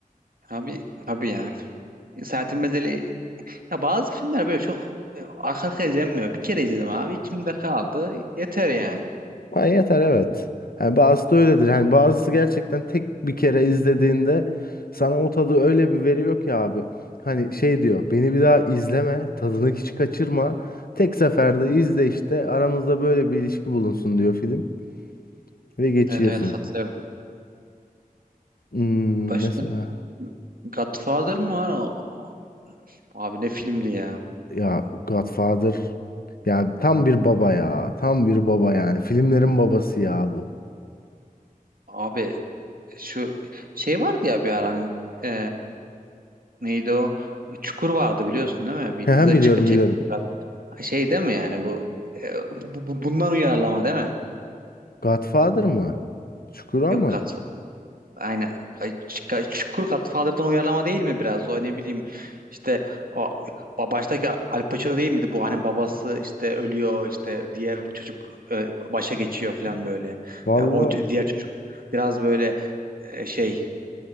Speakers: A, on the right (about 75°); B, on the left (about 85°).
A: Abi tabii yani. Saatin Bedeli Ya bazı filmler böyle çok e, arka arkaya izlenmiyor. Bir kere izledim abi. içimde kaldı. Yeter yani.
B: Ha, yeter evet. Yani bazısı da öyledir. Hani bazısı gerçekten tek bir kere izlediğinde sana o tadı öyle bir veriyor ki abi. Hani şey diyor beni bir daha izleme tadını hiç kaçırma. Tek seferde izle işte aramızda böyle bir ilişki bulunsun diyor film. Ve geçiyorsun.
A: Evet evet katılıyorum.
B: Hmm,
A: Başka
B: mesela
A: Godfather mı var? O- Abi ne filmdi ya?
B: ya Godfather ya tam bir baba ya tam bir baba yani filmlerin babası ya bu.
A: Abi şu şey vardı ya bir ara hani e, neydi o? Çukur vardı biliyorsun değil mi? Bir
B: He,
A: dizi
B: biliyorum
A: çık çektiler.
B: biliyorum.
A: Şey değil mi yani bu, e, bu, bu- bundan uyarlama değil mi?
B: Godfather mı? Çukura
A: Yok
B: mı?
A: Godfather. Aynen. Ay, Ç- Çukur Godfather'dan uyarlama değil mi biraz? O ne bileyim işte o ba- baştaki Al Pacino değil miydi bu? Hani babası işte ölüyor işte diğer çocuk e, başa geçiyor falan böyle.
B: Vallahi.
A: E, o c- diğer çocuk biraz böyle e, şey